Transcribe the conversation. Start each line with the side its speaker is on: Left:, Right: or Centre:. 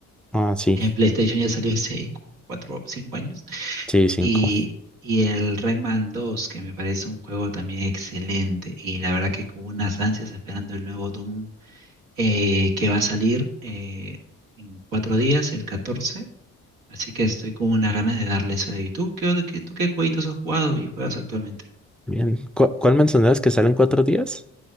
Centre: Ah, sí,
Right: en PlayStation ya salió hace 4 o 5 años.
Centre: sí, cinco.
Right: Y, y el Rayman 2, que me parece un juego también excelente. Y la verdad que con unas ansias esperando el nuevo Doom eh, que va a salir eh, en cuatro días, el catorce Así que estoy con unas ganas de darle eso ¿Y tú qué, od- qué- tú qué jueguitos has jugado y juegas actualmente?
Centre: Bien. ¿Cu- ¿Cuál mencionabas que salen cuatro días?